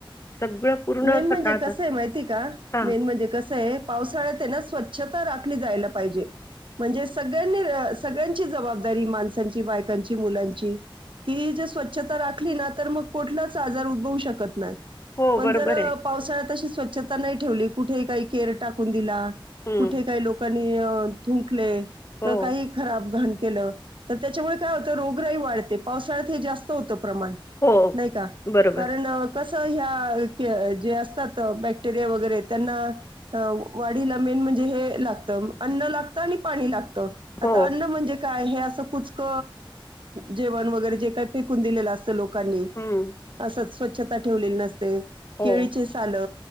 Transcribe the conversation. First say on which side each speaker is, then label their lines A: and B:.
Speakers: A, on the left; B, on the right.
A: सगळं पूर्ण
B: मे म्हणजे
A: सकाळपासून
B: कस आहे माहिती का
A: हां.
B: मेन म्हणजे कस आहे पावसाळ्यात ना स्वच्छ... ली जायला पाहिजे म्हणजे सळ्यांनी सगळ्यांची जबदारी माणसची बायकांची मुलांची... की जर स्वच्छता राखली ना तर मग कोुठलाच आजार उद्भवू शकत नाही.
A: हो,
B: पण
A: बरोबर
B: जर
A: आहे.
B: पावसाळ्यात त.... स्वच्छता नाही ठेवली कुठेही काही केर टाकून दिला...
A: हं.
B: कुठे काही लोकां... आणि तुंकले.
A: हो.
B: त काही खराब घाण... के तर त्याच्यामुळे काय होत रोग राही वाढते. पावसाळ्यात हे जास्त होतं. प्रमाण
A: हो.
B: नाही का
A: बरोबर.
B: कारण... कस ह्या जे असतात बॅक्टेरिया वगैरे त्यांना वाढीला मेन म्हणजे हे लागतं अन्न लागतं आणि पाणी लागतं... आता
A: हो.
B: अन्न म्हणजे... काय अस कुचक जेवण व... जे काही पिकून दिले अस.... लोकांनी
A: हं.
B: असंच.... स्वच्छता ठेवलेली नसते.
A: हो.
B: केळीचे साल अ